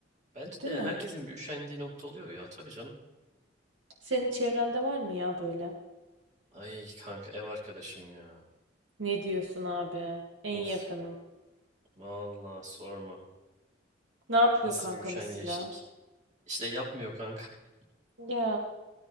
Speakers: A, on the right (about 35°); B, on the right (about 75°).
A: Bence
B: Değil
A: de
B: mi?
A: herkesin bir üşendiği nokta oluyor ya tabii canım.
B: Senin çevrende var mı ya böyle?
A: Ay kanka ev arkadaşım ya.
B: Ne diyorsun abi? En
A: Uf.
B: yakının.
A: Vallahi sorma.
B: Ne yapıyor
A: Nasıl
B: kanka
A: bir üşengeçlik.
B: mesela?
A: İşte yapmıyor kanka. <laughs>
B: Ya